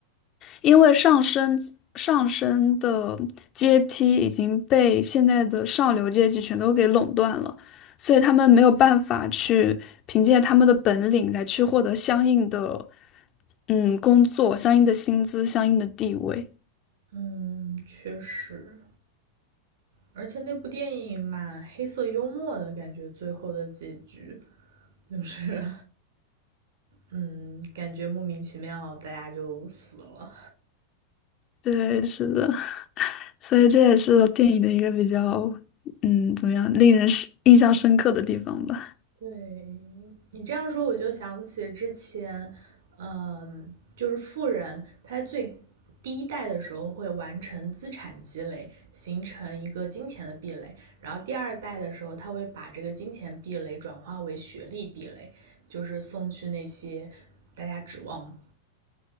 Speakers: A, on the left; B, on the right.
A: 因为上升上升的阶梯已经被现在的上流阶级全都给垄断了，所以他们没有办法去凭借他们的本领来去获得相应的嗯工作、相应的薪资、相应的地位。
B: 嗯，确实。而且那部电影蛮黑色幽默的感觉，最后的结局就是，嗯，感觉莫名其妙大家就死了。
A: 对，是的，<laughs> 所以这也是电影的一个比较，嗯，怎么样，令人是印象深刻的地方吧。
B: 对你这样说，我就想起之前，嗯，就是富人他最第一代的时候会完成资产积累，形成一个金钱的壁垒，然后第二代的时候他会把这个金钱壁垒转化为学历壁垒，就是送去那些大家指望。